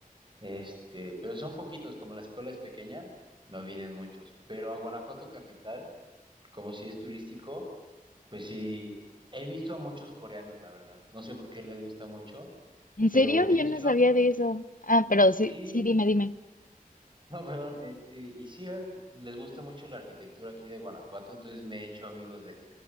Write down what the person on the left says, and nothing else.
¿En
serio?
Yo no sabía de eso. Ah, pero sí,
sí, dime, dime.